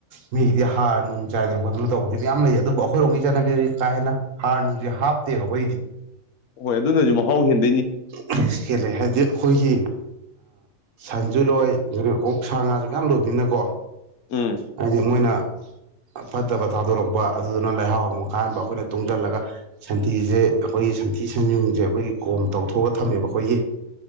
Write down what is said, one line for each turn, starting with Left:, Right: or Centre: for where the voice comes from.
Right: ꯃꯤꯒꯤꯗꯤ ꯍꯥꯔ ꯅꯨꯡ ꯆꯥꯏꯗꯅ ꯈꯣꯠꯇꯅ ꯇꯧꯕꯗꯤ ꯃꯥꯌꯥꯝ ꯂꯩ ꯑꯗꯨꯕꯨ ꯑꯩꯈꯣꯏꯔꯣꯝꯒꯤ ꯆꯠꯅꯕꯤꯗꯤ ꯀꯥ ꯍꯦꯟꯅ ꯍꯥꯔ ꯅꯨꯡꯖꯩ ꯍꯥꯞꯇꯦꯕ ꯑꯩꯈꯣꯏꯒꯤꯗꯤ
Left: ꯍꯣꯏ ꯑꯗꯨꯅꯖꯨ ꯃꯍꯥꯎ ꯍꯦꯟ
Right: <unintelligible> ꯍꯦꯜꯂꯦ ꯍꯥꯏꯗꯤ ꯑꯈꯣꯏꯒꯤ ꯁꯟꯖꯨꯂꯣꯏ ꯑꯣꯛ ꯁꯥ ꯉꯥꯁꯨ ꯃꯌꯥꯝ ꯂꯣꯏꯕꯅꯤꯅꯀꯣ
Left: ꯎꯝ
Right: ꯍꯥꯏꯗꯤ ꯃꯣꯏꯅ ꯐꯠꯇꯕ ꯊꯥꯗꯣꯔꯛꯄ ꯑꯗꯨꯗꯨꯅ ꯂꯩꯍꯥꯎ ꯑꯃꯨꯛ ꯀꯥꯟꯕ ꯑꯩꯈꯣꯏꯅ ꯇꯨꯡꯖꯜꯂꯒ ꯁꯟꯊꯤꯖꯦ ꯑꯩꯈꯣꯏꯒꯤ ꯁꯟꯊꯤ ꯁꯟꯖꯨꯡꯖꯦ ꯑꯩꯈꯣꯏꯒꯤ ꯀꯣꯝ ꯇꯧꯊꯣꯛꯑꯒ ꯊꯝꯃꯦꯕ ꯑꯈꯣꯏꯒꯤ